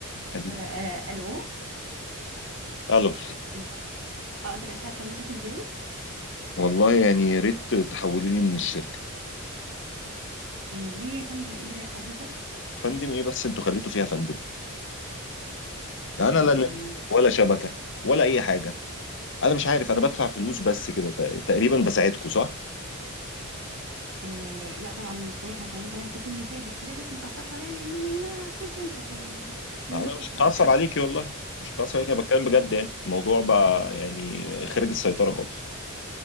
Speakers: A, on the right; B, on the left.
A: آه
B: قال-
A: آه، الو
B: الو
A: الو اقدر اساعد حضرتك ازاي
B: والله يعني يا ريت تحولوا لي من الشركه
A: آه، ليه يا فندم ايه اللي ضايق حضرتك
B: فندم ايه بس انتوا خليتوا فيها فندم ده انا لا
A: يعني
B: نت ولا شبكه ولا اي حاجه انا مش عارف انا بدفع فلوس بس كده تق- تقريبا بساعدكم صح
A: آه لا طبعا ازاي احنا مش عايزين حضرتك تكون متضايق بس حضرتك بس ما تعصبش عليا لان انا هنا كول سنتر آه، مش من
B: انا
A: ماسكه
B: مش
A: الشبكه
B: متعصب
A: يعني
B: عليكي والله مش متعصب عليكي انا بتكلم بجد يعني الموضوع بقى يعني خارج السيطره خالص